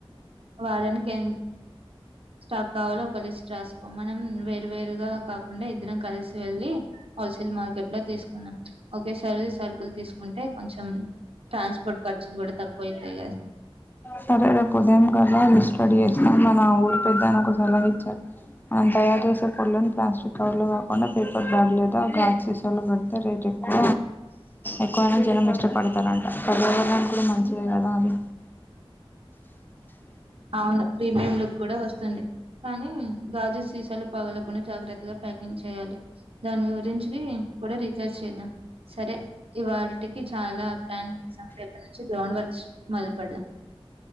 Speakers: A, on the right; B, on the left.
A: వారానికెం స్టాక్ కావాలో ఒక లిస్ట్ రాసుకో మనం వేరు వేరుగా కాకుండా ఇద్దరం కలిసి వెళ్ వెళ్లి హోల్సేల్ మార్కెట్లో తీసుకున్నాం ఒకే సారి సర్కుల్ తీసుకుంటే కొంచెం ట్రాన్స్పోర్ట్
B: మరి
A: ఖర్చులు కూడా తక్కువైతాయి కదా
B: సరే రేపు ఉదయం గాల లిస్ట్ రడీ చేస్తాం మనా ఊరు పెద్దాయన ఒక సలహా ఇచ్చారు మనం తయారు చేసే పొడ్లను ప్లాస్టిక్ కవర్లో కాకుండా పేపర్ బ్యాగ్ లేదా ఒక గాజ్సిసోలు పడితే రేట్ ఎక్కువ ఎక్కువనే జనమిష్ట పడ్తారంట పర్యావరణానికి కూడా మంచిదే కదా అది
A: ఔను ప్రీమియం లుక్ కూడా వస్తుంది కానీ గాజు సీసాలు పగలకుండా జాగ్రత్తగా ప్యాకింగ్ చేయాలి దాని గురించి కూడా రీచార్జ్ చేద్దాం సరే ఇవాళిటికి చాలా ప్లానింగ్ చేసాం రేపట్నుంచి గ్రౌండ్ వర్క్స్ మొదల్పేడదాం